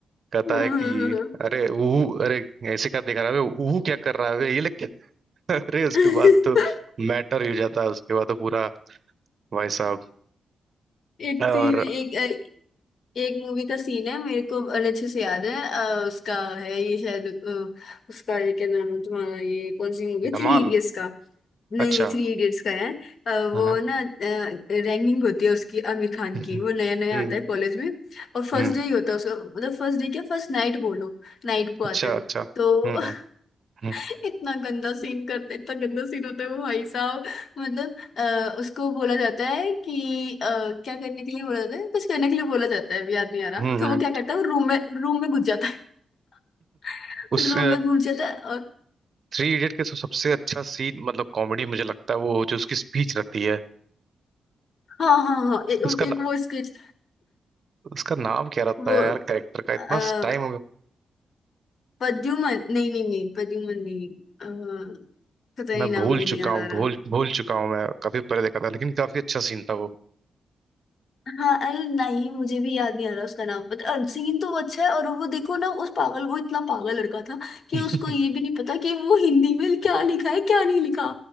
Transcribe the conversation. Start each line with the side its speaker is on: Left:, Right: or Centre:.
Right: कहता
Left: हाँ
Right: है कि
Left: हाँ हाँ, हाँ।
Right: अरे ऊ अरे ऐसे क्या देख रहा है बे? ऊ क्या कर रहा है बे? ये लेके <laughs> अरे उसके
Left: <laughs>
Right: बाद तो मैटर ही हो जाता है उसके बाद तो पूरा भाई साहब
Left: एक
Right: और
Left: सीन एक एक मूवी का सीन है मेरे को बड़े अच्छे से याद है अ, उसका है ये शायद अ, उसका ये क्या नाम है तुम्हारा ये कौन सी मूवी
Right: धमाल
Left: थ्री इडियट्स का नहीं
Right: अच्छा
Left: थ्री इडियट्स का है अ,
Right: हाँ
Left: वो ना रैंकिंग होती है उसकी आमिर खान
Right: हम्म
Left: की वो नया नया
Right: हम्म
Left: आता है कॉलेज में और फर्स्ट
Right: हम्म,
Left: डे ही होता है उसका मतलब फर्स्ट डे क्या फर्स्ट नाइट बोलो नाइट को आता
Right: अच्छा
Left: है वो
Right: अच्छा हम्म
Left: तो
Right: हम्म।
Left: <laughs>
Right: हम्म
Left: इतना गंदा सीन करते इतना गंदा सीन होता है वो भाई साहब मतलब आ, उसको बोला जाता है कि अ, क्या करने के लिए बोला जाता है कुछ करने के लिए बोला जाता है अभी याद नहीं आ रहा
Right: हम्म।
Left: तो
Right: हम्म।
Left: वो क्या करता है रूम में रूम में घुस जाता है <laughs>
Right: उस
Left: रूम में घुस जाता है और
Right: थ्री इडियट के सब- सबसे अच्छा सीन मतलब कॉमेडी मुझे लगता है वो जो उसकी स्पीच रहती है
Left: हाँ हाँ हाँ ए,
Right: उसका ना,
Left: एक वो स्केच
Right: उसका नाम क्या रहता
Left: वो
Right: है यार कैरेक्टर का इतना
Left: आ,
Right: टाइम हो गया
Left: पद्युमन नहीं नहीं नहीं पद्युमन नहीं अ, पता नहीं
Right: मैं
Left: नाम
Right: भूल
Left: भी नहीं
Right: चुका
Left: याद
Right: हूँ
Left: आ
Right: भूल
Left: रहा
Right: भूल चुका हूँ मैं काफी पहले देखा था लेकिन काफी अच्छा सीन था वो
Left: हाँ अरे नहीं मुझे भी याद नहीं आ रहा उसका नाम पता अ, सीन तो वो अच्छा है और वो देखो ना उस पागल वो इतना पागल लड़का था कि
Right: <laughs>
Left: उसको ये भी नहीं पता कि वो हिंदी में क्या लिखा है क्या नहीं लिखा